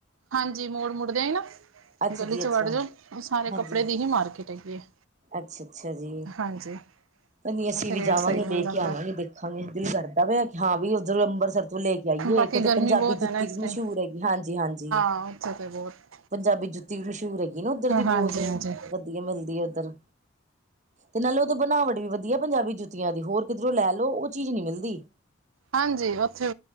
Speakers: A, on the right (about 85°); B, on the right (about 40°).
A: ਹਾਂਜੀ, ਮੋੜ ਮੁੜਦਿਆਂ ਹੀ ਨਾ,
B: ਅੱਛਾ
A: ਗਲੀ
B: ਜੀ
A: ਚ
B: ਅੱਛਾ
A: ਵੜ ਜਾਓ ਉਹ ਸਾਰੇ
B: ਹਾਂਜੀ
A: ਕੱਪੜੇ ਦੀ ਹੀ ਮਾਰਕੀਟ ਹੈਗੀ ਹੈ।
B: ਅੱਛਾ ਅੱਛਾ ਜੀ
A: ਹਾਂਜੀ
B: ਨ ਅਸੀਂ
A: ਉੱਥੇ
B: ਵੀ
A: ਰੇਟ
B: ਜਾਵਾਂਗੇ
A: ਸਹੀ ਮਿਲ
B: ਲੈ
A: ਜਾਂਦਾ
B: ਕੇ ਆਵਾਂਗੇ ਦੇਖਾਂਗੇ ਦਿਲ ਕਰਦਾ ਪਿਆ ਕਿ ਹਾਂ ਵੀ ਉਧਰ ਅੰਬਰਸਰ ਤੋਂ ਲੈ ਕੇ ਆਈਏ
A: ਬਾਕੀ
B: ਇੱਕੋ ਤੇ
A: ਗਰਮੀ
B: ਪੰਜਾਬੀ
A: ਬਹੁਤ
B: ਜੁੱਤੀ
A: ਹੈ ਨਾ ਇਸ
B: ਵੀ
A: ਟਾਈਮ
B: ਮਸ਼ਹੂਰ ਹੈਗੀ ਹਾਂਜੀ ਹਾਂਜੀ
A: ਹਾਂ ਅੱਛਾ ਤੇ ਬਹੁਤ
B: ਪੰਜਾਬੀ ਜੁੱਤੀ ਵੀ ਮਸ਼ਹੂਰ ਹੈਗੀ ਨਾ ਉੱਧਰ ਦੀ ਬਹੁਤ
A: ਹਾਂਜੀ ਹਾਂਜੀ
B: ਵੀ ਮਿਲਦੀ ਹੈ ਉੱਧਰ ਤੇ ਨਾਲੇ ਉਹਦੋਂ ਬਣਾਵਟ ਵੀ ਵਧੀਆ ਪੰਜਾਬੀ ਜੁੱਤੀਆਂ ਦੀ ਹੋਰ ਕਿੱਧਰੋਂ ਲੈ ਲ ਉਹ ਚੀਜ਼ ਨਹੀਂ ਮਿਲਦੀ
A: ਹਾਂਜੀ ਉੱਥੇ